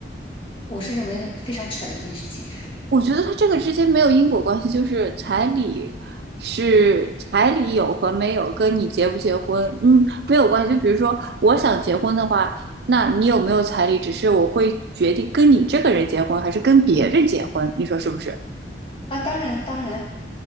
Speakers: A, on the left (about 30°); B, on the right (about 60°).
A: 我是认为非常扯的一件事情
B: 我觉得它这个之间没有因果关系，就是彩礼是彩礼有和没有跟你结不结婚，嗯，没有关系。就比如说我想结婚的话，那你有没有彩礼，只是我会决定跟你这个人结婚还是跟别人结婚，你说是不是？
A: 啊。当然，当然，